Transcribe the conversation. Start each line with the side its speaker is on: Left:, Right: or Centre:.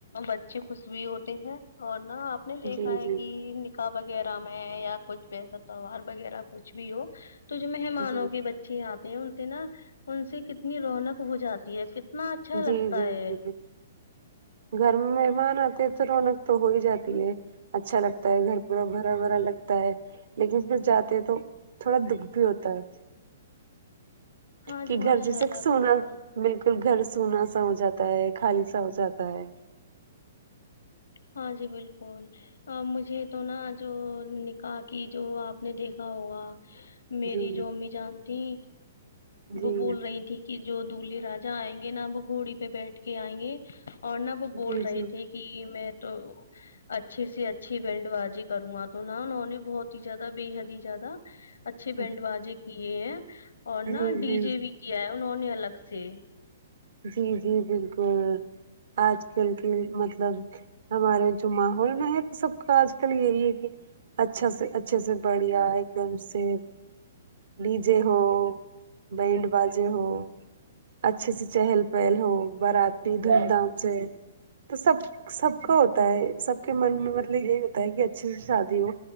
Left: بچے خوش بھی ہوتے ہیں اور نا آپ نے دیکھا
Right: جی
Left: ہے
Right: جی
Left: کہ کا وغیرہ میں یا کچھ بس توار وغیرہ کچھ بھی ہو تو جو مہمانوں
Right: جی
Left: کے بچے آتے ہیں انتے نا ان سے کتنی رونق ہو جاتی ہے کتنا اچھا لگتا
Right: جی جی
Left: ہے
Right: جی گھر میں مہمان آتے تو رونق تو ہو ہی جاتی ہے اچھا لگتا ہے گھر پورا بھرا بھرا لگتا ہے لیکن پھر جاتے ہیں تو تھوڑا دکھ بھی ہوتا ہے
Left: ہاں
Right: کہ
Left: جی
Right: گھر
Left: ماشاء
Right: جیسے
Left: اللہ
Right: سونا
Left: بالکل
Right: بالکل گھر سونا سا ہو جاتا ہے خالی سا ہو جاتا ہے
Left: ہاں جی بالکل مجھے تو نا جو نکاح کی جو آپ نے دیکھا ہوگا میری
Right: جی
Left: جو امی جان تیں
Right: جی
Left: وہ بول رہی تھی کہ جو دلہے راجا آئیں گے نہ وہ گھوڑی پہ بیٹھ کے آئیں گے اور نہ وہ
Right: جی
Left: بول رہے
Right: جی
Left: تھے ہی میں تو اچھی سے اچھی بینڈ بازی کروگا تو نا انہوں نے بہت ہی زیادہ بے حد ہی زیادہ اچھے
Right: جی
Left: بینڈ باازے کیے ہیں اور
Right: جی
Left: نا ڈی جے بھی کیا ہے انہوں نے الگ سے
Right: جی جی بالکل آج کل کے مطلب ہمارے جو ماحول میں سب کا آج کل یہی ہے کہ اچھا سے اچھے سے بڑھیا ایک دم سےیف ڈی جے ہو بینڈ بازے ہو اچھے سے چہل پہل ہو براتی دھوم دھام سے تو سب سب کا ہوتا ہے سب کے من میں مطلب یہی ہوتا ہے کہ اچھے سے شادی ہو